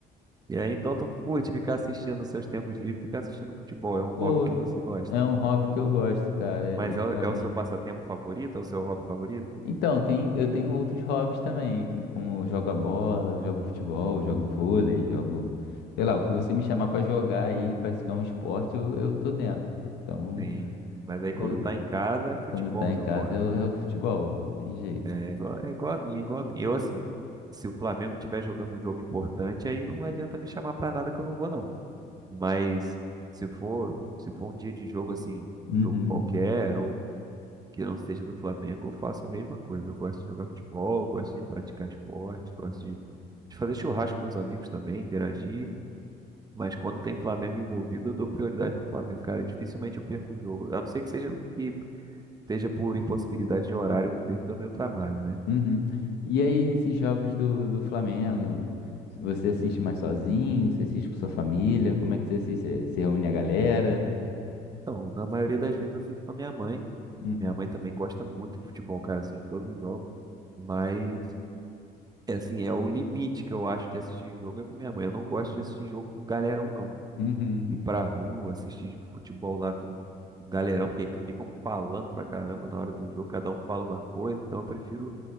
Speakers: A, on the right; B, on the left.
A: e aí, então, tu curte ficar assistindo nos seus tempos livres, ficar assistindo futebol. É um hobby
B: Pô,
A: que você gosta.
B: é um hobby que eu gosto, cara,
A: Mas
B: é-
A: é,
B: é
A: o-
B: realmente.
A: é o seu passatempo favorito? É o seu hobby favorito?
B: Então, tem, eu tenho outros hobbies também. Tem como eu jogo a bola, eu jogo futebol, eu jogo vôlei, jogo, sei lá, o que você me chamar pra jogar aí, praticar um esporte, eu, eu tô dentro. Então,
A: Sim. Mas aí, quando
B: eu,
A: tá em casa, é futebol
B: quando tá
A: o
B: em
A: seu
B: casa,
A: hobby.
B: eu- é o futebol, tem jeito.
A: É igual, é igual a mim, é igual a mim. Eu, assim, se o Flamengo estiver jogando um jogo importante, aí não adianta me chamar pra nada que eu não vou, não. Mas se for, se for um dia de jogo assim, um
B: Uhum.
A: jogo qualquer, ou que não seja do Flamengo, eu faço a mesma coisa. Eu gosto de jogar futebol, eu gosto de praticar esporte, gosto de, de fazer churrasco com meus amigos também, interagir. Mas quando tem Flamengo envolvido, eu dou prioridade pro Flamengo, cara. Dificilmente eu perco um jogo. A não ser que seja que seja por impossibilidade de horário devido ao meu trabalho, né?
B: Uhum. E aí, nesses jogos do, do Flamengo, você assiste mais sozinho? Você assiste com sua família? Como é que você assiste? Você, você reúne a galera?
A: Então, na maioria das vezes eu fico com a minha mãe.
B: Uhum.
A: Minha mãe também gosta muito de futebol, cara, assiste todos os jogos. Mas É assim, é o limite que eu acho de assistir jogo é com minha mãe. Eu não gosto de assistir jogo com galerão, não.
B: Uhum.
A: Ir pra rua, assistir futebol lá com um galerão, porque que ficam falando pra caramba na hora do jogo, cada um fala uma coisa, então eu prefiro